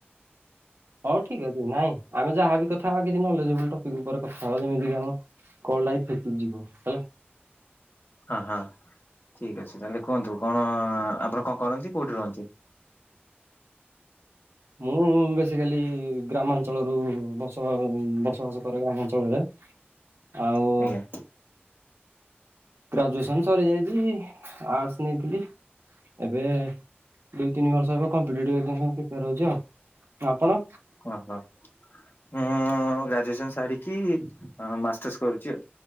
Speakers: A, on the right (about 85°); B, on the left (about 60°).
A: ହଉ ଠିକ୍ ଅଛି ନାଇଁ ଆମେ ଯାହାବି କଥାହବା କିଛି ନଲେଜବୋଲି ଟପିକ୍ ଉପରେ କଥାହବା ଯେମିତି ଆମ କଲଟାବି ଇଫେକ୍ଟିଭ ଯିବ ହେଲା।
B: ହଁ ହଁ ଠିକ୍ ଅଛି ତାହେଲେ କୁହନ୍ତୁ କଣ ଆପଣ କଣ କରନ୍ତି କୋଉଠି ରୁହନ୍ତି?
A: ମୁଁ ବେସିକାଲି ଗ୍ରାମାଞ୍ଚଳରୁ ବସ ବସବାସ କରେ ଗ୍ରାମାଞ୍ଚଳରେ।
B: <inaudible>
A: ଆଉ
B: ଆଜ୍ଞା
A: ଗ୍ରାଜୁଏସନ୍ ସରିଯାଇଚି ଆର୍ଟସ୍ ନେଇଥିଲି। ଏବେ ଦୁଇ ତିନି ବର୍ଷ ହେବ କମ୍ପଡିଟି <unintelligible> ପିପାର ହଉଚି ଆଉ ଆପଣ?
B: ହଁ ହଁ ମୁଁ ଗ୍ରାଜୁଏସନ୍ ସାରିକି ମାଷ୍ଟର୍ସ କରୁଚି ଆଉ।